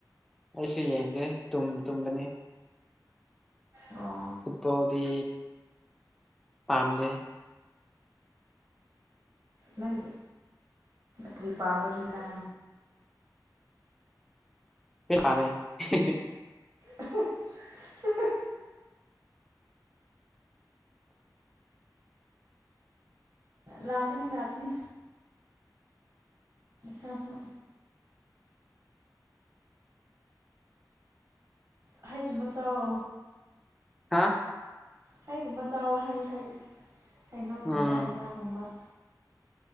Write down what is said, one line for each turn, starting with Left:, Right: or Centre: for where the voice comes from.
Centre: ꯑꯩꯁꯨ ꯌꯦꯡꯗꯦ ꯇꯨꯝ ꯇꯨꯝꯕꯅꯤ
Right: ꯑꯣ
Centre: ꯐꯨꯠꯕꯣꯜꯗꯤ ꯄꯥꯝꯗ
Right: ꯅꯪ ꯀ꯭ꯔꯤ ꯄꯥꯝꯕꯔꯤꯅ
Centre: ꯍ ꯄꯥꯃꯦ ꯍꯤ ꯍꯤ
Right: ꯑꯍ ꯍ ꯍ ꯂꯥꯛꯀꯅꯤ ꯂꯥꯛꯀꯅꯤ ꯁꯥꯖ ꯍꯥꯏꯩꯒꯨꯝꯕ ꯆꯥꯎ
Centre: ꯍꯥ
Right: ꯍꯩꯒꯨꯝꯕ ꯆꯥꯎꯕ ꯍꯩ ꯍꯩ ꯍꯩꯅꯎꯒꯨꯝꯕ
Centre: ꯎꯝ
Right: ꯍꯩꯒꯥꯥꯒꯨꯝꯕ